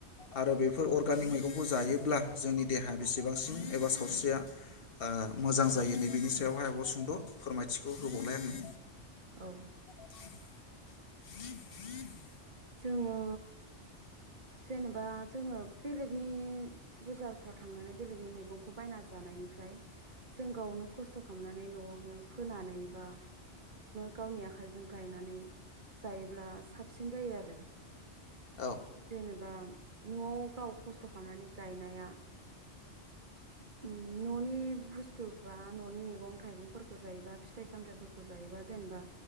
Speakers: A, on the left (about 50°); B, on the right (about 40°).
A: आरो बेफोर अर्गानिक मैगंखौ जायोब्ला जोंनि देहाया बेसेबांसिन एबा सावस्रिया ओ मोजां जायोनि बिनि सायावहाय आब सुंद फोरमायथिखौ होबावलाय आङो।
B: औ।
A: <inaudible>
B: जोङो जेनेबा। जोङो बेलेगनि बजारफ्राव थांनानै बेलेगनि मैगंखौ बायना जानायनिफ्राय जों गावनो खस्थ' खालामनानै न'आवनो फोनानै बा गावनि आखाइजों गायनानै जायोब्ला साबसिन जायो आरो।
A: औ
B: जेनेबा न'आव गाव खस्थ' खामनानै गायनाया उम न'नि बुस्थुब बा ननि मैगं थाइगंफोरखौ जायोबा फिथाइ सामथायाइफोरखौ जा जेनेबा